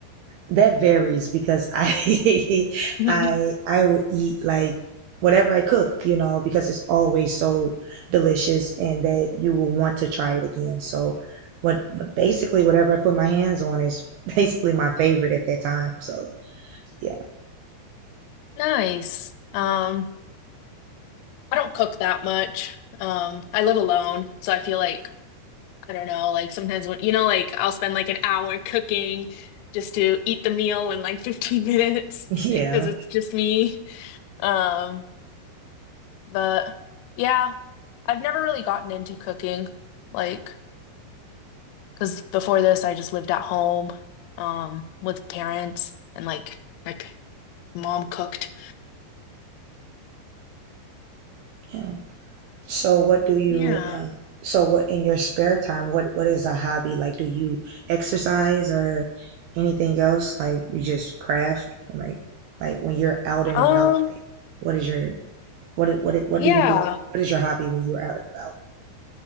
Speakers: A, on the right (about 80°); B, on the left (about 85°).
A: that varies because I <laughs> I
B: <laughs>
A: I will eat like whatever I cook, you know, because it's always so delicious and that you will want to try it again. So what but basically whatever I put my hands on is <laughs> basically my favorite at that time. So yeah.
B: Nice. Um, I don't cook that much. Um, I live alone, so I feel like I don't know, like sometimes when, you know, like I'll spend like an hour cooking just to eat the meal in like 15 minutes
A: <laughs> Yeah.
B: <laughs> because it's just me. Um, but yeah, I've never really gotten into cooking, like, because before this, I just lived at home, um, with parents and like my p- mom cooked.
A: Yeah. So what do you
B: Yeah.
A: uh, so what in your spare time, what what is a hobby? Like do you exercise or anything else? Like you just craft? Like like when you're out and
B: Um,
A: about, like what is your what it- what it- what
B: yeah.
A: do you do? What is your hobby when you're out and about?